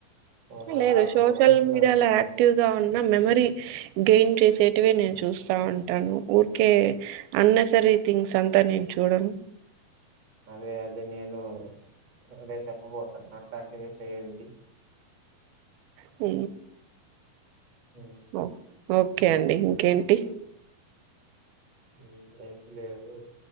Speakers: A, on the right; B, on the right.
A: ఒక
B: లేదు
A: హాఫ్
B: సోషల్
A: అన్ అవర్ అట్లా
B: మీడియాలో
A: ఇ-
B: యాక్టివ్గా ఉన్న మెమరీ గెయిన్ చేసేటివే నేను చూస్తా ఉంటాను ఊరికే అన్ నెసరీ థింగ్స్ సంతా నేను చూడను.
A: అదే అదే నేను అదే చెప్పబోతాల్న్న అట్లాంటివి చెయ్యండి.
B: ఊ
A: ఉమ్,
B: ఓ ఓకే అండి ఇంకేంటి.
A: ఊ ఏంటి లేదు